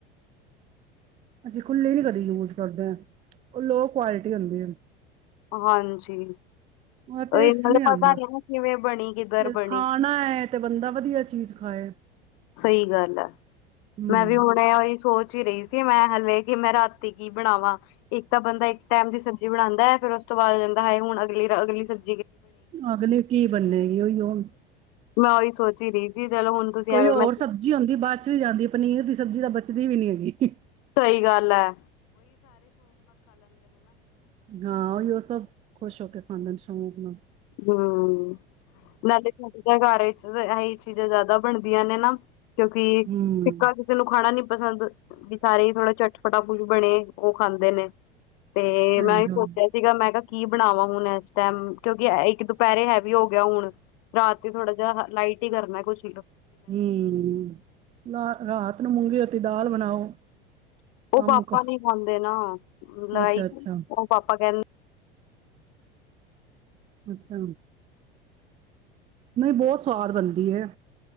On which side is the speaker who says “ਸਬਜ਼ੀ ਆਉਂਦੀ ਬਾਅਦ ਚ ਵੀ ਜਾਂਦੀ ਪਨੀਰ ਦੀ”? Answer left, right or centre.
Right